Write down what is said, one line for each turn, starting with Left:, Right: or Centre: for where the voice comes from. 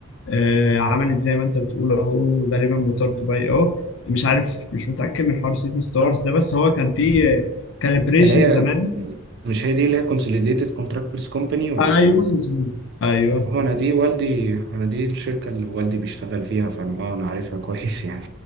Left: آه، عملت زي ما انت بتقول اهو غالبا موتور دبي اه مش عارف مش متأكد من حوار سيتي ستارز ده بس هو كان فيه كاليبريشن
Right: اللي هي
Left: زمان
Right: مش هي دي اللي هي كونسوليديتد كونتراكتورز كومباني ولا
Left: ايوه مظبوط ايوه
Right: هو انا دي والدي انا دي الشركة اللي والدي بيشتغل فيها فانا اه انا عارفها كويس <laughs> يعني